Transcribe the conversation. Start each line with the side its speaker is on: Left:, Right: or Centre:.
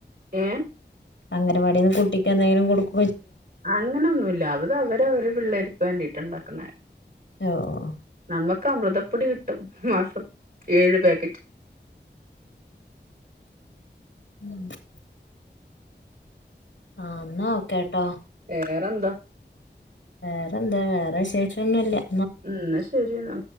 Right: ഏ
Left: അങ്ങനവാടിന്ന് കുട്ടിക്ക് എന്തെങ്കിലും കൊടുക്കൊ
Right: അങ്ങനൊന്നുല്ല അത് അവര് അവര് പിള്ളേർക്ക് വേണ്ടിട്ടുണ്ടാക്കുന്നെ
Left: ഓ ഓ
Right: നമ്മക്ക് അമൃതപ്പൊടി കിട്ടും മാസം ഏഴ് പാക്കറ്റ്
Left: <inaudible> ആ എന്നാ ഓക്കെ ട്ടോ
Right: വേറെന്താ
Left: വേറെന്താ വേറെ വിശേഷന്നുല്ല
Right: ഉം എന്ന ശരിന്നാ